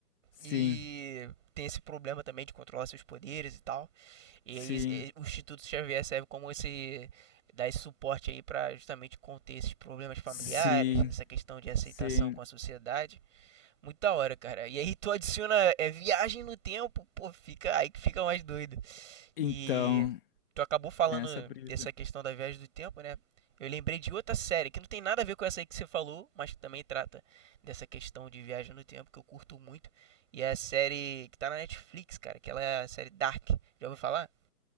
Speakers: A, on the left; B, on the right.
A: sim,
B: e tem esse problema também de controlar seus poderes e tal. E
A: sim,
B: aí e- o Instituto Xavier serve como esse dar esse suporte aí pra justamente conter esses problemas familiares,
A: sim,
B: essa questão de aceitação
A: sim.
B: com a sociedade. Muito da hora, cara. E aí tu adiciona é viagem no tempo, pô, fica aí que fica mais doido.
A: Então,
B: E tu acabou falando
A: tem essa brisa.
B: dessa questão da viagem do tempo, né? Eu lembrei de outra série que não tem nada a ver com essa aí que você falou, mas que também trata dessa questão de viagem no tempo que eu curto muito. E é a série que tá na Netflix, cara, que ela é a série Dark. Já ouviu falar?